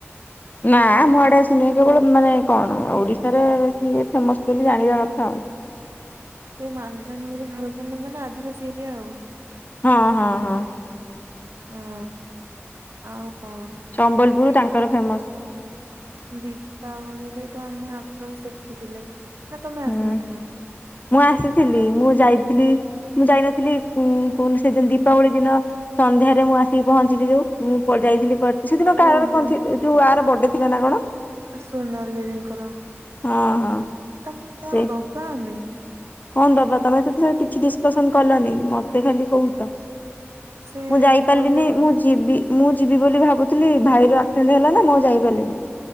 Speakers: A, on the left; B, on the right.
A: ନା ମୁଁ ଆଡେ ଶ ନ କେବଳ ମାନେ କଣ ଓଡିଶାରେ ବେଶୀ ଫେମସ ବୋଲି ଜାଣିବା କଥା ଆଉ
B: ସେ ମାଲକାନଗିରିରେ ଭଲ ମ ନା ଆଦିବାସୀ ଏରିଆ ଆଉ
A: ହଁ ହଁ ହଁ।
B: ହଁ ଆଉ କଣ?
A: ସମ୍ବଲପୁର
B: ଦି
A: ତାଙ୍କର ଫେମସ।
B: ଦୀପାବଳିରେ ତ ଆମେ ଆସକୁ ସେଠି ଥିଲେ ନା ତମେ
A: ହୁଁ।
B: ଆସିନଥିଲ?
A: ମୁଁ ଆସିଥିଲି ମୁଁ ଯାଇଥିଲି ମୁଁ ଯାଇନଥିଲି କହୁନି ସେଦିନ ଦୀପାବଳି ଦିନ ସନ୍ଧ୍ୟାରେ ମୁଁ ଆସିକି ପହଞ୍ଚିଲି ଯୋଉ ମୁଁ ଯାଇଥିଲିକୁଆଡେ଼? ସେଦିନ କାହାର
B: ଓହୋ।
A: କଣ ଯୋଉ କାର ବର୍ଡେ ଥିଲା ନା କଣ?
B: ଆସୁନହେଲେ। ଦିଦିଙ୍କର
A: ହଁ ହଁ
B: ତାଙ୍କୁ କଣ
A: ସେ
B: ଦବା ଆମେ?
A: କଣ ଦବା ତମେ ତ କିଛି ଡିସକସନ କଲନି ମତେ ଖାଲି କହୁଛ?
B: ସେ
A: ମୁଁ
B: ଏଠୁ
A: ଯାଇପାରିଲିନି
B: ପଇସା
A: ମୁଁ ଯିବି ମୁଁ ଯିବି ବୋଲି ଭାବୁଥିଲି ଭାଇର ଆକ୍ସିଡେଣ୍ଟ ହେଲା ନା ମୁଁ ଯାଇପାରିଲିନି?